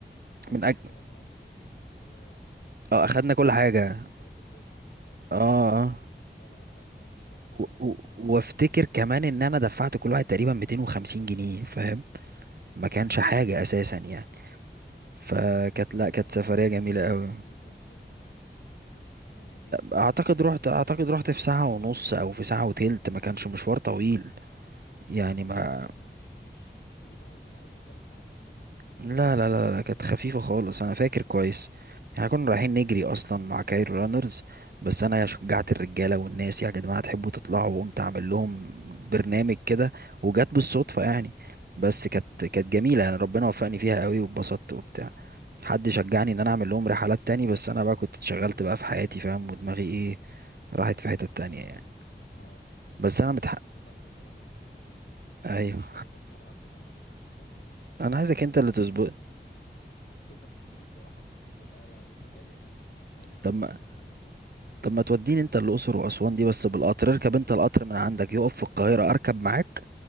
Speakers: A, on the left; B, on the right.
A: واخدين
B: من أج...
A: فيها الاكل والزياره
B: اه
A: وال...
B: اخدنا
A: وال...
B: كل حاجة
A: وحتى صلاه الجمعه وخدنا
B: اه اه
A: خدنا بركه الصلاه وخدنا الدنيا كده في
B: و...
A: اللذيذ
B: و...
A: خالص
B: وافتكر كمان ان انا دفعت كل واحد تقريبا 250 جنيه فاهم ما كانش
A: امم
B: حاجة اساسا يعني فكانت
A: طب
B: لا
A: هي
B: كانت
A: قد
B: سفرية
A: قد
B: جميلة
A: ايه
B: قوي
A: قد ايه مواصلات من عندك يعني قد ايه سكتها
B: اعتقد رحت اعتقد رحت في ساعة ونص او في ساعة وتلت ما كانش مشوار طويل يعني
A: يا
B: ما
A: جدع يعني مش مش مش طويل قوي ده انا قلت ثلاث ساعات ولا حاجه
B: لا لا لا لا كانت خفيفة خالص أنا فاكر كويس احنا كنا رايحين نجري أصلا مع كايرو رانرز بس أنا شجعت الرجالة والناس يا جماعة تحبوا تطلعوا وقمت أعمل لهم برنامج كده وجت بالصدفة يعني بس كانت كانت جميلة يعني ربنا وفقني فيها قوي واتبسطت وبتاع حد شجعني إن أنا أعمل لهم رحلات تاني بس أنا بقى كنت اتشغلت بقى في حياتي فاهم ودماغي إيه راحت في حتة تانية
A: خلاص
B: يعني
A: اه
B: بس
A: طب
B: أنا
A: بمناسبه
B: متحقق
A: دماغك اللي راحت في حته تانية
B: أيوه
A: مفيش حاجه طب طالعه كده تظبطها لنا
B: أنا عايزك
A: انت
B: أنت
A: كل
B: اللي تظبط
A: ما بتقعد تحكي لي كل ما بتحكي لي بصراحه ببقى يعني بجري ريقي عايز اسافر
B: طب
A: اي سفريه يا جدع
B: طب ما توديني انت الاقصر واسوان دي بس بالقطر اركب انت القطر من عندك يقف في القاهره اركب معاك